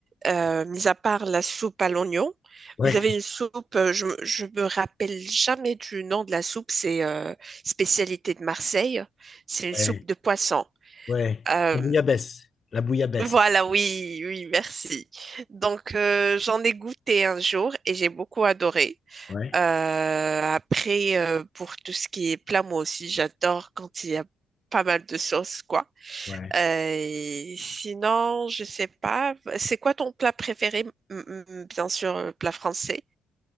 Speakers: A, on the right; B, on the left.
A: euh, mis à part la soupe à l'oignon.
B: Ouais,
A: Vous avez une soupe, euh, je, me- je me rappelle jamais du nom de la soupe, c'est euh, spécialité de Marseille. C'est une
B: ouais,
A: soupe de poisson.
B: ouais.
A: Euh,
B: La bouillabaisse. La bouillabaisse.
A: voilà, oui, oui, merci. Donc, euh, j'en ai goûté un jour et j'ai beaucoup adoré.
B: Ouais,
A: Euh, après, euh, pour tout ce qui est plat, moi aussi, j'adore quand il y a pas mal de sauce, quoi.
B: ouais.
A: Euh, sinon, je sais pas. C'est quoi ton plat préféré? Mm, mm, mm, Bien sûr, euh, plat français.